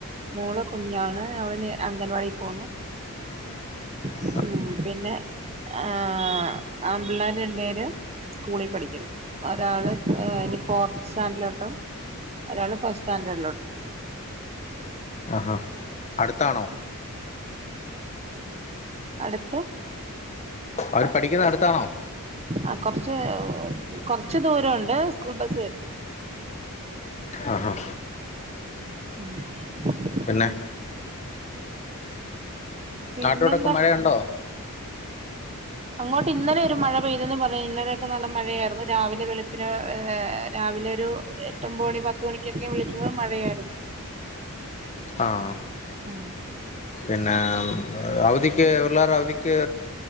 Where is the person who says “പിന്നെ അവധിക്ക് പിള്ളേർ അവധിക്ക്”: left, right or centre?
Left